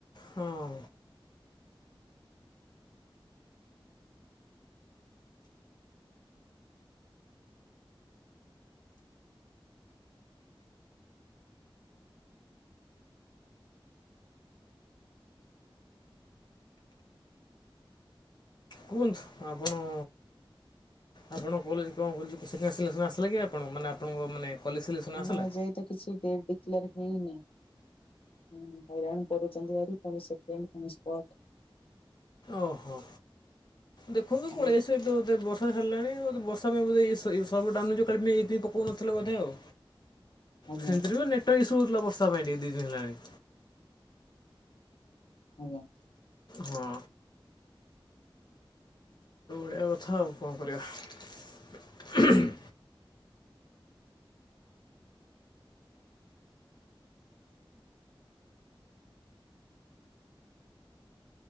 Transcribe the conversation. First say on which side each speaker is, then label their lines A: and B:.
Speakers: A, on the left; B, on the left.
A: ହଁ। କୁହନ୍ତୁ ଆପଣ ଆପଣ କଲେଜ କଣ ଖୋଲିୁଛି ସେକଣ୍ଡ ସିଲେକ୍ସନ ଆସିଲା କି ଆପଣ ମାନେ ଆପଣଙ୍କ ମାନେ କଲେଜ ସିଲେକ୍ସନ୍
B: ଆମ
A: ଆସିଲା?
B: ଏ ଯାଏ ତ କିଛି ଡେଟ୍ ଡିକ୍ଲେୟାର ହେଇନି। ହ ହଇରାଣ କରୁଛନ୍ତି ଭାରି ପୁଣି ସେକେଣ୍ଡ ପୁଣି ଷ୍ଟାର୍ଟ।
A: ଓହୋ, ଦେଖନ୍ତୁ
B: ପାଇଁ
A: ପଳେଇ ଆସିବେ ଦୋ ଦେ ବର୍ଷ ବର୍ଷା ହେଲାଣି ବର୍ଷା ପାଇଁ ବୋଧେ ସର୍ଭୋ ଡାଉନ୍ ହେଇଯିବ କାଲି ପୁଣି ଏଇଥି ପାଇଁ ପକଉନଥିଲେ ବଧେ ଆଉ।
B: ଆଜ୍ଞା
A: ସେମିତିରେ ବି ନେଟୱାର୍କ ଇସୁ ହଉଥିଲା ବର୍ଷା ପାଇଁ ଟିକେ ଦି ଦିନ ହେଲାଣି।
B: ଆଜ୍ଞା।
A: ହଁ। ଏୟା କଥା ଆଉ କଣ କରିବା?